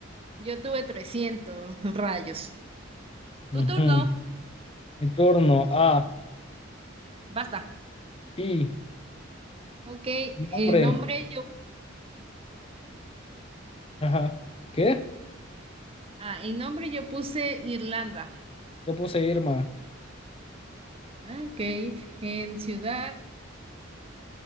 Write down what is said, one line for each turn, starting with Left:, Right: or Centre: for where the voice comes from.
Right: yo tuve 300 rayos. Tu
Left: Ujú.
Right: turno,
Left: Mi turno. a
Right: basta.
Left: i
Right: Ok,
Left: nombre.
Right: en nombre yo,
Left: Ajá. ¿Qué?
Right: ah, en nombre yo puse Irlanda.
Left: Yo puse Irma.
Right: Ok, en ciudad,